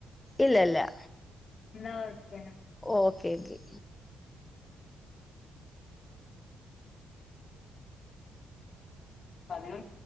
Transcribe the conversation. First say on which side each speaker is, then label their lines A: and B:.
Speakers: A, on the left; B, on the left.
A: ഇല്ല ല്ല
B: എന്നാ വെക്കയാണ്
A: ഓക്കെ ക്കെ
B: പതിനൊന്ന്